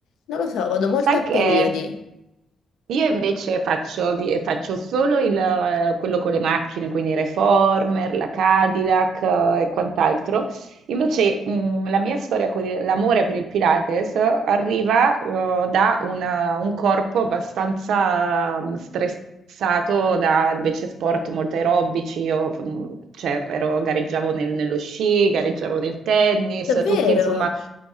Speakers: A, on the left; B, on the right.
A: Non lo so, vado molto
B: Sai
A: a
B: che
A: periodi.
B: io invece faccio, di- faccio solo il, eh, quello con le macchine, quindi Reformer, la Cadillac eh, e quant'altro, Invece, mh, la mia storia con il- l'amore per il Pilates arriva, eh, da una- un corpo abbastanza mh, stressato da invece sport molto aerobici. Io, mh, cioè, ero- gareggiavo nel- nello sci, gareggiavo nel tennis,
A: Davvero?
B: tutti insomma.